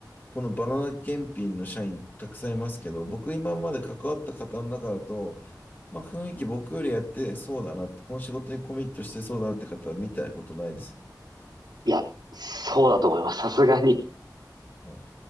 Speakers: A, on the left (about 25°); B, on the right (about 75°).
A: このバナナ検品の社員たくさんいますけど、僕今まで関わった方の中だと、まあ雰囲気僕よりやってそうだなって、この仕事にコミットしてそうだなって方は見たことないですね。
B: いや、そうだと思います、さすがに。
A: はい。